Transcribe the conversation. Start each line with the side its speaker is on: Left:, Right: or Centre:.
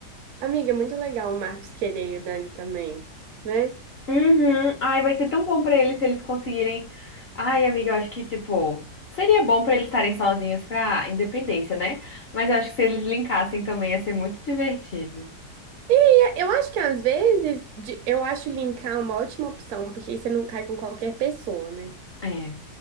Right: Amiga, é muito legal o Marcos querer e o Dani também, né?
Left: Uhum. Ai, vai ser tão bom pra eles se eles conseguirem. Ai, amiga, eu acho que, tipo. Seria bom pra eles estarem sozinhos pra independência, né? Mas eu acho que se eles linkassem também ia ser muito divertido.
Right: E Eu acho que às vezes, de- eu acho linkar uma ótima opção, porque aí você não cai com qualquer pessoa, né?
Left: É.